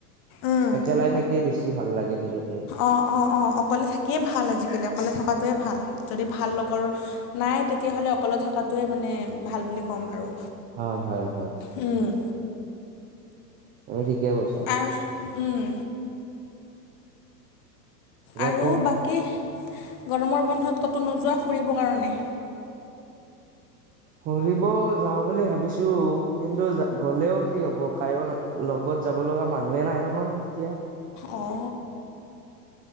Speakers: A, on the left; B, on the right.
A: উম
B: একেলাই থাকিয়ে বেছি ভাল লাগে নিজকে।
A: অ, অ, অ, অকলে থাকিয়ে ভাল, আজিকালি অকলে থকাটোৱে ভাল যদি ভাল লগৰ নাই তেতিয়াহ'লে অকলে থকাতোৱে মানে ভাল বুলি ক'ম আৰু।
B: হয়, হয়, হয়।
A: উম,
B: তুমি ঠিকে কৈছা।
A: আৰু উম,
B: দিয়া
A: আৰু
B: কোৱা
A: বাকী, গৰমৰ বন্ধত ক'তো নোযোৱা ফুৰিবৰ কাৰণে?
B: ফুৰিব যাওঁ বুলি ভাবিছো, কিন্তু গ'লেও কি হ'ব কাইও লগত যাব লগা মানুহে নাই নহয় এতিয়া।
A: অ,